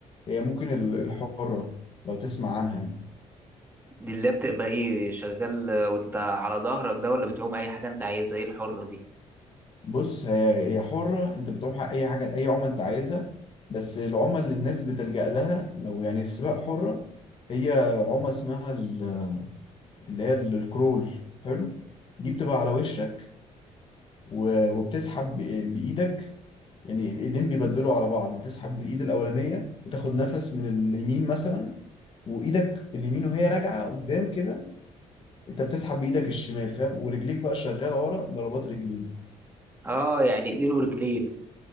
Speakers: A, on the left; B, on the right.
A: هي ممكن ال- الحرة لو تسمع عنها يعني.
B: دي اللي بتبقى إيه شغال وأنت على ظهرك ده ولا بتعوم أي حاجة أنت عايزها إيه الحرة دي
A: بص هي هي حرة أنت بتعوم حق أي حاجة أي عملة أنت عايزها بس العمل اللي الناس بتلجأ لها لو يعني السباق حرة هي عمى اسمها ال- اللي هي ال- الكرول حلو دي بتبقى على وشك و- وبتسحب بإ- بإيدك يعني الإيدين بيبدلوا على بعض بتسحب بالإيد الأولانية وتاخد نفس من اليمين مثلا وايدك اليمين وهي راجعه قدام كده انت بتسحب بايدك الشمال فاهم ورجليك بقى شغاله ورا ضربات رجلين
B: آه يعني إيدين ورجلين